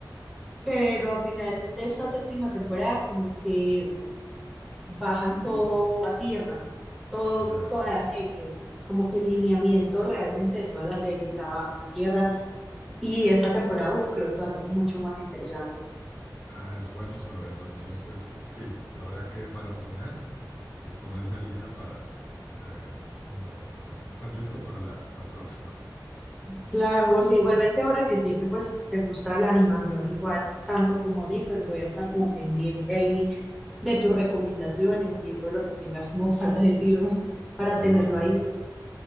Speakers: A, in the centre; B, on the left.
A: pero al final de esta séptima temporada como que bajan todo a tierra, todo,
B: Ya.
A: toda la serie, como que el lineamiento realmente de toda la serie la bajan a tierra y esta temporada uh, creo que va a ser mucho más interesante.
B: Ah, es bueno saberlo. Entonces, sí, habrá que maratonear y ponerme al día para este, eh, pues estar listo para la, la próxima.
A: Claro, Jorge, igualmente ahora que sé que pues te gusta la animación igual tanto como a mí, pues voy a estar como pendiente ahí de tus recomendaciones y de todo lo que tengas como para <laughs> decirme, para
B: Seguro,
A: tenerlo
B: Alejandra.
A: ahí